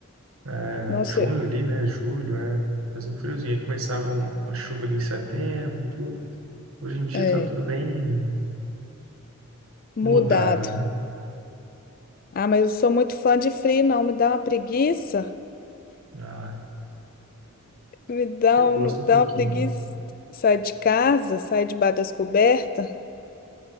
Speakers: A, on the right; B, on the left.
A: É,
B: Nossa,
A: junho ali, né? Julho, é. Fazer um friozinho. Aí começava uma, uma chuva ali em setembro, tudo. Hoje em dia
B: é,
A: tá tudo bem
B: mudado.
A: mudado, viu?
B: Ah, mas eu sou muito fã de frio, não, me dá uma preguiça.
A: Ah,
B: Me dá,
A: eu gosto
B: um,
A: um
B: dá
A: pouquinho.
B: uma preguiça. Sai de casa, sai debaixo das cobertas